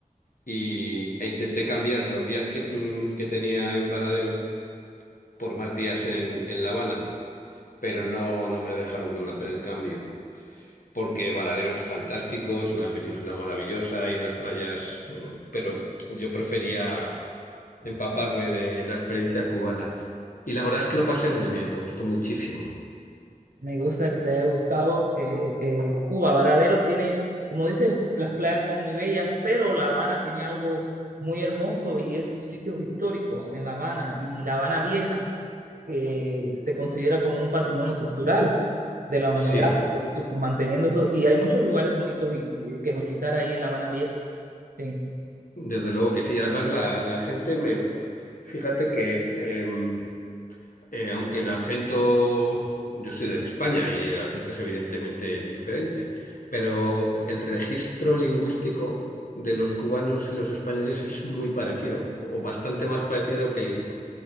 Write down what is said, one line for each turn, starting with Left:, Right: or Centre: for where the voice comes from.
Left: Y, e intenté cambiar los días que, que tenía en Varadero por más días en, en La Habana. pero no, no me dejaron hacer el cambio. Porque Varaderos fantásticos una península maravillosa y unas playas, mm, pero yo prefería empaparme de la experiencia cubana. Y la verdad es que lo pasé muy bien, me gustó muchísimo.
Right: Me gusta que te haya gustado. eh, eh, Cuba, Varadero tiene, como dices, las playas son muy bellas, pero La Habana tiene algo muy hermoso y es sus sitios históricos en La Habana y La Habana Vieja, que se considera como un patrimonio cultural de la humanidad,
Left: Sí,
Right: por eso, manteniendo eso. Y hay muchos lugares bonitos y- y que visitar ahí en La Habana Vieja. Sí,
Left: desde luego que sí. Además la, la gente me... Fíjate que... em, Eh, aunque el acento, yo soy de España y el acento es evidentemente diferente, pero el registro lingüístico de los cubanos y los españoles es muy parecido, o bastante más parecido que, el-